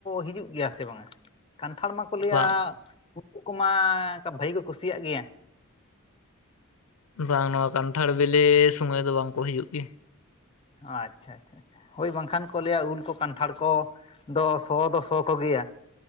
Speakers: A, on the left; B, on the left.
A: ᱦᱤᱡᱩᱜ ᱜᱮᱭᱟ ᱥᱮ ᱵᱟᱝᱟ ᱠᱟᱱᱴᱷᱟᱲ ᱢᱟ ᱠᱚ ᱞᱟᱹᱭᱟ
B: ᱵᱟᱝ
A: ᱩᱱᱠᱩ ᱠᱚᱢᱟ ᱵᱷᱟᱹᱜᱤ ᱠᱚ ᱠᱩᱥᱤᱭᱟᱜ ᱜᱮᱭᱟ᱾
B: ᱵᱟᱝ ᱱᱚᱣᱟ ᱠᱟᱱᱴᱷᱟᱲ ᱵᱮᱞᱮ ᱥᱩᱢᱟᱹᱭ ᱫᱚ ᱵᱟᱝᱠᱚ ᱦᱤᱡᱩᱜ ᱜᱮᱭᱟ᱾
A: ᱚᱻ ᱟᱪᱷᱟ ᱟᱪᱷᱟ᱾ ᱦᱳᱭ ᱵᱟᱝᱠᱷᱟᱱ ᱠᱚ ᱞᱟᱹᱭᱟ ᱩᱞ ᱠᱚ ᱠᱟᱱᱴᱷᱟᱲ ᱠᱚ ᱫᱚ ᱥᱚ ᱫᱚ ᱥᱚ ᱠᱚᱜᱮᱭᱟ᱾